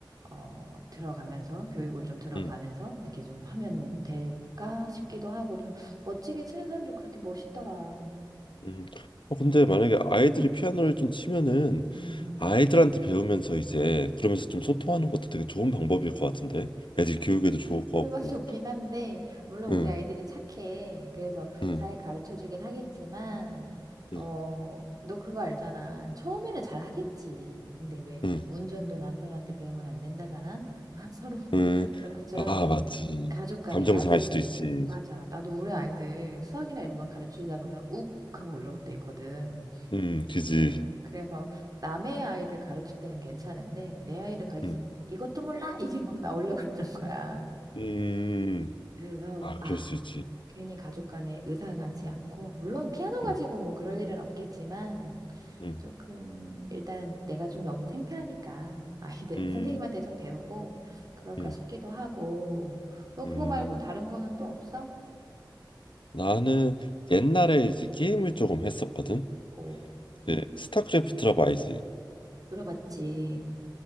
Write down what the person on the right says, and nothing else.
어, 들어가면서 교육을 좀 들어가면서
이렇게 좀 하면 될까 싶기도 하고 좀 멋지게 치는 사람들 그렇게 멋있더라.
음.
그건
좋긴 한데, 물론
우리 아이들이 착해. 그래서
잘 가르쳐 주긴 하겠지만,
어, 너 그거 알잖아. 처음에는 잘 하겠지. 근데 왜
운전도 남편한테 배우면 안 된다잖아? <laughs> 서로 <laughs>
그런 것처럼
가족 간에
나도,
맞아. 나도 우리 아이들 수학이나 이런 거 가르쳐 주다 보면 욱 하고 올라올 때 있거든.
그- 그래서 남의 아이를 가르칠 때는 괜찮은데, 내 아이를 가르칠
때는 이것도 몰라! 이게 막 나오려고 <laughs> 그러는 거야.
그래서
아,
괜히 가족 간에 의상하지 않고 물론 피아노 가지고
뭐 그럴 일은 없겠지만
조금 일단은 내가 좀 너무 창피하니까 <laughs> 아이들
선생님한테 좀 배우고 그럴까
싶기도 하고 너 그거
말고 다른 거는 또 없어?
어,
들어봤지.